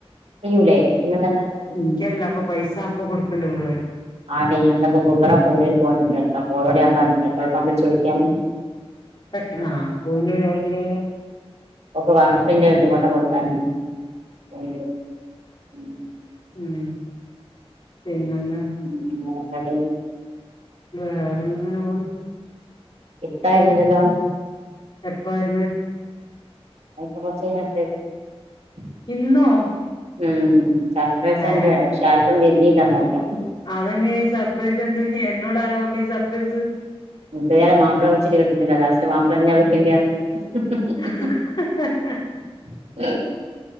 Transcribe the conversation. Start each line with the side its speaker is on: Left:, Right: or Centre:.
Right: കയ്യൂലേ പിന്നെന്താട്ട
Left: ഇനിക്കറില്ല അപ്പൊ പൈസ അപ്പൊ കൊടുക്കണ്ടേ ഫുള്ള്
Right: ആടീം ഞാന്പ്പോ <inaudible> ഗവന പോണ പോണ്ട്ോട്യാൻ പറഞ്ഞു പെട്രോൾ പമ്പിൽ ചോയിക്കാന്
Left: പെട്രണാ പൂവിന്റെമരൊൾന്തിനാ പോയിനെ
Right: ഓക്ക് വർക്കിൻ്റെണ്ട് കൊണ്ടെ കൊടുക്കാന് <unintelligible>
Left: മ് പിന്നന്നാ
Right: മ് വേറെന്താടി
Left: വേറെന്താങ്ങനെ പോണ്
Right: ഇപ്പായിരുന്നല്ലല്ലോ
Left: എപ്പ വെരുന്ന്
Right: അയിപ്പ കൊറച്ചയിഞ്ഞാ <unintelligible>
Left: ഇന്നോ
Right: മ് ചർപ്രൈസണ്ടെ
Left: ഏ
Right: പക്ഷേആർക്കും തിരിഞ്ഞീല്ല മാത്രം
Left: അവന് ഈ സർപ്രൈസ് ണ്ട് എന്നോട് ആരാ പറഞ്ഞെ ഈ സർപ്രൈസ്
Right: മുപത്തിയരിയാളമാപ്പള വിളിച്ചിട്ട് കിട്ടുന്നില്ലാലൊ ലാസ്റ്റ് മാപ്പിളെന്നാ വിളിക്കേണ്ടിവന്ന് <unintelligible>
Left: <unintelligible>
Right: ഹ <unintelligible>